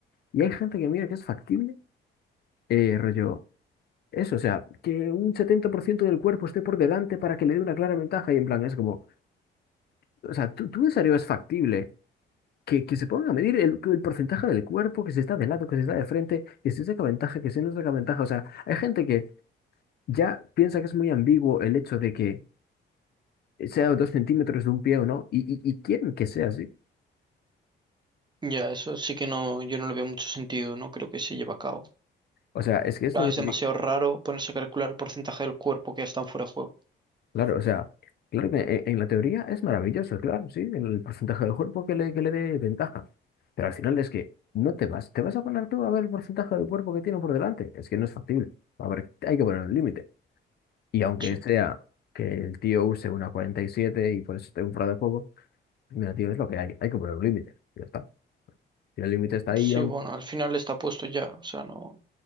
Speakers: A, on the left; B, on the right.
A: Y hay gente que mira que es factible, eh, rollo, eso, o sea, que un 70% del cuerpo esté por delante para que le dé una clara ventaja, y en plan, es como, o sea, ¿tú, tú en serio es factible? Que, que se pongan a medir el, el porcentaje del cuerpo, que se está de lado, que se está de frente, que si saca ventaja, que si no saca ventaja. O sea, hay gente que ya piensa que es muy ambiguo el hecho de que sea dos centímetros de un pie o no, y, y, y quieren que sea así.
B: Ya, eso sí que no, yo no le veo mucho sentido, no creo que se lleve a cabo.
A: O sea, es que es
B: Ah,
A: lo que
B: Es
A: te
B: demasiado
A: digo.
B: raro ponerse a calcular el porcentaje del cuerpo que ya están fuera de juego.
A: Claro, o sea, claro que e- en, la teoría es maravilloso, claro, sí, el porcentaje del cuerpo que le, que le dé ventaja. Pero al final es que no te vas, te vas a poner tú a ver el porcentaje del cuerpo que tiene por delante. Es que no es factible. A ver, hay que poner un límite. Y aunque
B: Sí,
A: sea que el tío use una 47 y siete y por eso esté un fuera de juego, mira, tío, es lo que hay. Hay que poner un límite. Ya está. Y el límite está ahí,
B: sí,
A: aunque,
B: bueno, al final está puesto ya, o sea, no.